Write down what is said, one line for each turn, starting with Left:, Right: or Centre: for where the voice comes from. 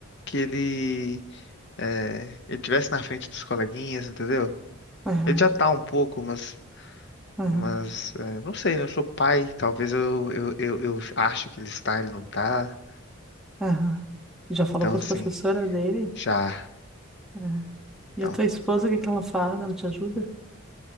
Left: que ele, é, ele tivesse na frente dos coleguinhas, entendeu?
Centre: aham,
Left: Ele já tá um pouco, mas,
Centre: aham,
Left: mas é, não sei, né? Eu sou pai, talvez eu, eu, eu, eu acho que ele está, ele não tá.
Centre: aham. Já falou
Left: Então,
Centre: com
Left: assim,
Centre: as professoras dele?
Left: já.
Centre: É.
Left: Então,
Centre: E a tua esposa, o que que ela faz? Ela te ajuda?